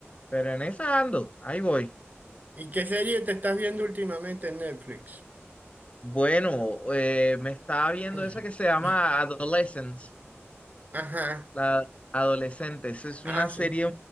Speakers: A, on the left; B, on the right.
A: pero en esa ando, ahí voy.
B: ¿Y qué serie te estás viendo últimamente en Netflix?
A: Bueno, eh, me estaba viendo
B: <clears throat>
A: esa que se llama Adolescence.
B: Ajá,
A: La Adolescentes es
B: ah,
A: una
B: sí.
A: serie